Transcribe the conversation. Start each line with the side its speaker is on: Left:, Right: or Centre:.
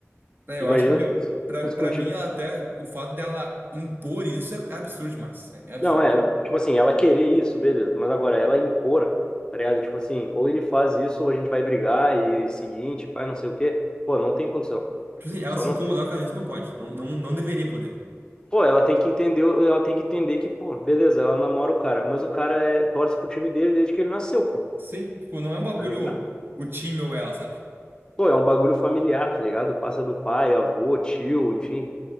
Right: é,
Left: Imagina
Right: eu acho que, meu,
Left: se fosse
Right: pra,
Left: se fosse
Right: pra
Left: contigo.
Right: mim, ela até, o fato dela impor isso é, é absurdo demais, é, é absurdo.
Left: Não, é, tipo assim, ela querer isso, beleza. Mas agora, ela impor, tá ligado? Tipo assim, ou ele faz isso, ou a gente vai brigar e seguinte, pai, não sei o quê. Pô, não tem condição.
Right: Tipo assim, ela
Left: Só
Right: se
Left: não.
Right: incomodar por causa disso não pode, não, não, não deveria poder.
Left: Pô, ela tem que entender, ela tem que entender que, pô, beleza, ela namora o cara, mas o cara é, torce pro time dele desde que ele nasceu, pô,
Right: Sim, tipo, não é um bagulho
Left: tá ligado?
Right: o time ou ela, sabe?
Left: Pô, é um bagulho familiar, tá ligado? Passa do pai, avô, tio, enfim.